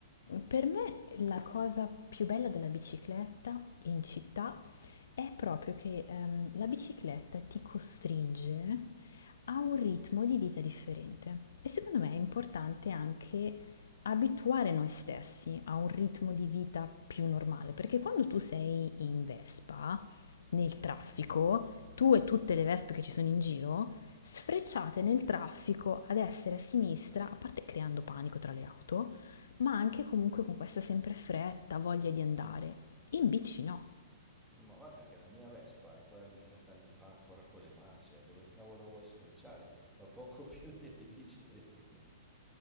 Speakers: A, on the left; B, in the centre.
A: Per me la cosa più bella della bicicletta in città è proprio che ehm, la bicicletta ti costringe a un ritmo di vita differente e secondo me è importante anche abituare noi stessi a un ritmo di vita più normale, perché quando tu sei in Vespa, nel traffico, tu e tutte le Vespe che ci sono in giro, sfrecciate nel traffico a destra e a sinistra, a parte creando panico tra le auto, ma anche comunque con questa sempre fretta, voglia di andare. In bici no.
B: Ma guarda che la mia Vespa è quella di 30 anni fa, ancora con le marce, eh, dove cavolo vuoi sfrecciare? Va poco <laughs> più delle bici elettriche.